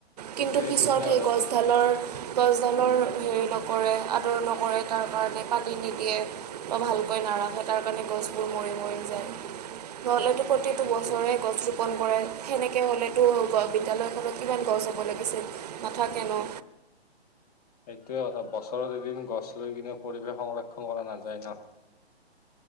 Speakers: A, on the left (about 35°); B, on the right (about 40°).
A: সেইটো
B: কিন্তু পিছত
A: এদিনীয়া
B: সেই
A: ভাৱে
B: গছডালৰ
A: ক
B: গছ ডালৰ হেৰি নকৰে, আদৰ নকৰে, তাৰ কাৰণে পানী নিদিয়ে। বৰ ভালকৈ নাৰাখে তাৰ কাৰণে গছবোৰ মৰি মৰি যায়, নহ'লেতো প্ৰতিটো
A: সেইটো
B: বছৰে গছ ৰোপন কৰে। সেনেকে হ'লেতো বিদ্যালয়খনত কিমান গছ হ'ব লাগিছিল। নাথাকে ন।
A: এইটোৱে কথা, বছৰত এদিন গছ ৰুই কিনে পৰিৱেশ সংৰক্ষণ কৰা নাযায় ন।